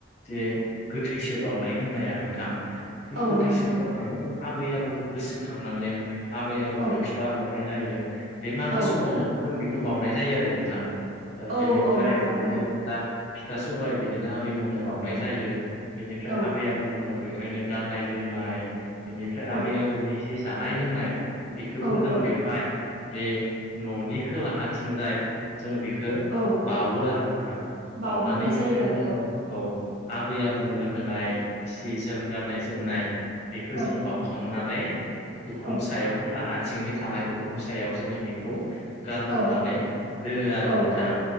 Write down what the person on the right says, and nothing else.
औ
नोंथां नंगौ
औ
औ
औ
औ नोंथां
नंगौ
औ
औ
औ
औ
औ
औ
बावहरनाय
जायो
आरो
औ
नोंथां नंगौ
औ
औ
औ
औ